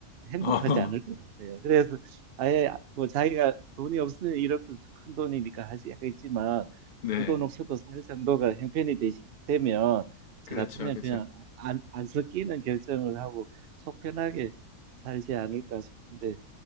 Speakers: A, on the right; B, on the left.
A: 행복하지
B: 어,
A: 않을 것 같아요. 그래서 아예 뭐 자기가 돈이 없으면 1억도 큰 돈이니까 하지 하겠지만
B: <laughs> 네.
A: 그 돈 없어도 살 정도가 형편이 되시, 되면 저
B: 그렇죠,
A: 같으면
B: 그렇죠.
A: 그냥 안, 안 섞이는 결정을 하고 속 편하게 살지 않을까 싶은데